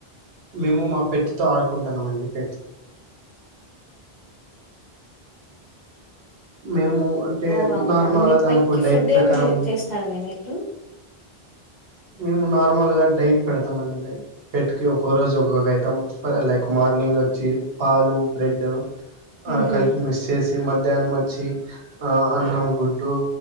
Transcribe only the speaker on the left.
ఓ అవునా
మీ
పెట్ కి
ఫుడ్
ఏమి చేస్తారండి మీరు
ఉహు